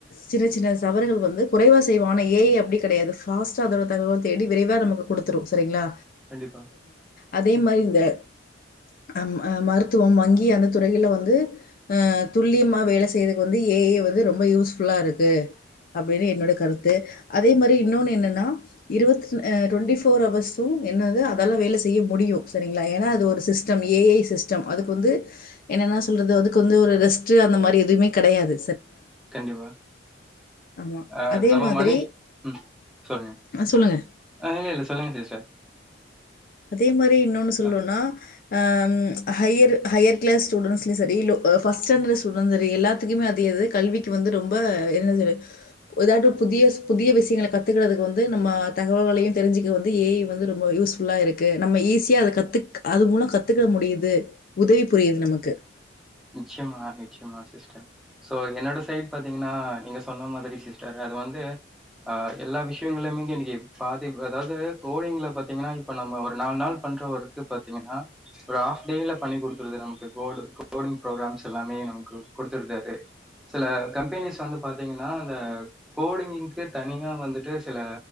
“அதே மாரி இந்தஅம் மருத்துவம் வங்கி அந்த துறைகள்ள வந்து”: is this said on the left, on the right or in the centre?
Left